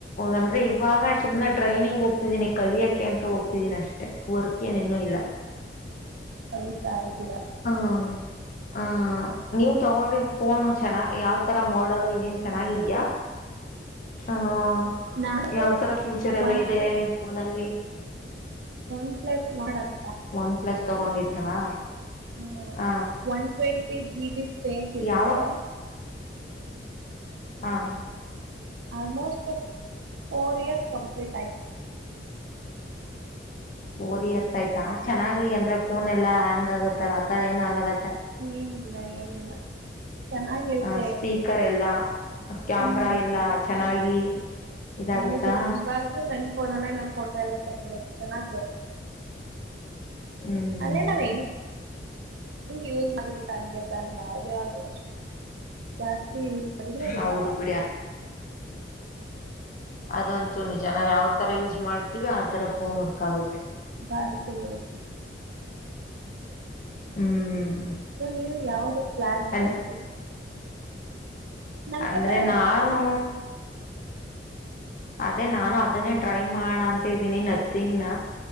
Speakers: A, on the left; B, on the right.
A: ಅಂದ್ರೆ ಇವಾಗ ಸುಮ್ನೆ ಟ್ರೈನಿಂಗ್ ಹೋಗ್ತಿದ್ದೀನಿ, ಕಲಿಯಕೆ ಅಂತ ಹೋಗ್ತಿದೀನಿ ಅಷ್ಟೆ, ವರ್ಕ್ ಏನ್ ಇನ್ನು ಇಲ್ಲ.
B: ಕಲಿತಾ ಇದ್ದೀರಾ
A: ಹಾಂ ಹಾಂ ನೀವು ತಗೊಂಡಿದ್ ಫೋನು ಚನ್ನಾಗ್ ಯಾವ ತರ ಮಾಡಲು, ಏನ್ ಚೆನ್ನಾಗಿದ್ಯಾ? ಹಾಂ
B: ನಾಡ್ದು
A: ಯಾವ ತರ ಫ್ಯೂಚರ್ ಎಲ್ಲ
B: ಒನ್
A: ಇದೆ
B: ಪ್ಲಸ್
A: ನಿಮ್ಮ ಫೋನಲ್ಲಿ?
B: One plus model
A: one plus ತಗೊಂಡಿದ್ರಾ?
B: ಹಾಂ
A: ಹ
B: one twenty GB space ಇರುತ್ತೆ.
A: ಯಾವಾಗ ಹಾಂ
B: ಆಲ್ಮೋಸ್ಟ್ ಫೋರ್ ಇಯರ್ಸ್ ಕಂಪ್ಲೀಟ್ ಆಯ್ತು.
A: ಫೋರ್ ಇಯರ್ಸ್ ಆಯ್ತಾ ಚೆನ್ನಾಗಿ ಅಂದ್ರೆ ಫೋನ್ ಎಲ್ಲ ಹ್ಯಾಂಗ್ ಆಗತ್ತಲ್ಲ ಆತರ ಏನ ಆಗಲ
B: ಏನಿಲ್ಲ ಏನಿಲ್ಲ ಚೆನ್ನಾಗಿರುತ್ತೆ.
A: ಆ ಸ್ಪೀಕರ್ ಎಲ್ಲ ಕ್ಯಾಮ್ರಾ
B: ಹ್ಮ್
A: ಎಲ್ಲ ಚೆನ್ನಾಗಿ ಇದಾಗುತ್ತಾ
B: ಹೌದು ಇವಾಗ್ಲೂ ನನ್ ಫೋನಲ್ಲೇ ನಾವು ಫೋಟೋ ಎಲ್ಲ ತಕೊಳ್ಳೋದು ಚೆನ್ನಾಗ್ ಬರು
A: ಹ್ಮ್
B: ಅಲ್ಲ ನಾವ್ ಹೆಂಗ್ ಎಂಗ್ ಯೂಸ್ ಮಾಡಿದಿರಾ ಹಂಗೆ ತಾನೆ ಯಾವ್ದೇ ಆದ್ರೂ ಅಷ್ಟೇ ಜಾಸ್ ತಿ ಯೂಸ್ ಮಾಡುದ್ರೆ ಅಲ್ಲಿಗ್
A: ಹೌದು
B: ಹಾಳಾ
A: ಬಿಡಿ ಅದಂತೂ ನಿಜ ನಾವ್ ಯಾವ್ ತರ ಯೂಸ್ ಮಾಡ್ತೀವಿ ಆ ತರ ಫೋನ್ ವರ್ಕ್ ಆಗುತ್ತೆ.
B: ಬಾಳಿಕೆ ಬರುತ್ತೆ.
A: ಹ್ಮ್
B: ಸೊ ನೀವು ಯಾವ್ದ್ ಪ್ಲಾನ್ ಹಂಗಾದ್ರೆ
A: ಅ
B: <inaudible> ನನ್ನ
A: ಅಂದ್ರೆ
B: ಪ್ರಕಾರ ಅದು
A: ನಾನು
B: ನಥಿಂಗ್ ಚೆನ್ನಾಗಿರುತ್ತೆ
A: ಅದೇ ನಾನು ಅದನ್ನೇ ಡ್ರೈ ಮಾಡಂತಿದೀನಿ <unintelligible> ನತಿಂಗ್ ನ